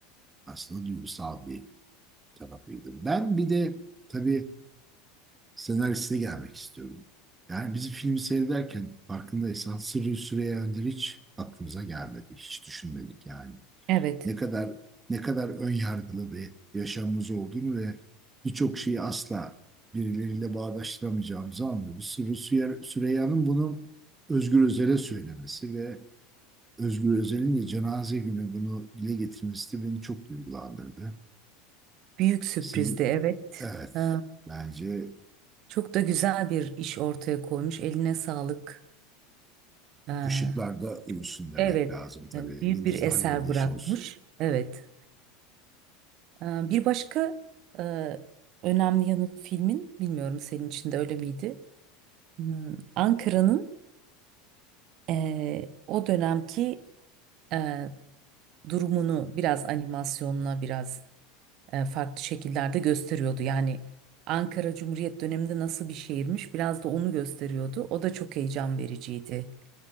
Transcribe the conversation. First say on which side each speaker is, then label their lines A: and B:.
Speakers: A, on the right (about 15°); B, on the right (about 45°).
A: aslında duygusal bir tarafıydı. Ben bir de tabii senaristi gelmek istiyorum. Yani biz filmi seyrederken farkındaysan Sırrı Süreyya Önder'i hiç aklımıza gelmedi. Hiç düşünmedik yani.
B: Evet.
A: Ne kadar ne kadar ön yargılı bir yaşamımız olduğunu ve birçok şeyi asla birileriyle bağdaştıramayacağımızı anlıyoruz. Sırrı Süre- Süreyya'nın bunu Özgür Özel'e söylemesi ve Özgür Özel'in de cenaze günü bunu dile getirmesi de beni çok duygulandırdı.
B: Büyük sürprizdi,
A: Sırrı,
B: evet.
A: evet
B: Ee,
A: bence
B: çok da güzel bir iş ortaya koymuş. Eline sağlık. Ee,
A: ışıklarda ölsün demek
B: evet.
A: lazım tabii.
B: Ee, Büyük
A: Yıldızlar
B: bir eser
A: yoldaşı
B: bırakmış.
A: olsun.
B: Evet. Ee, bir başka e, önemli yanı filmin, bilmiyorum senin için de öyle miydi? Hmm, Ankara'nın e, o dönemki e, durumunu biraz animasyonla biraz e, farklı şekillerde gösteriyordu. Yani Ankara Cumhuriyet döneminde nasıl bir şehirmiş biraz da onu gösteriyordu. O da çok heyecan vericiydi.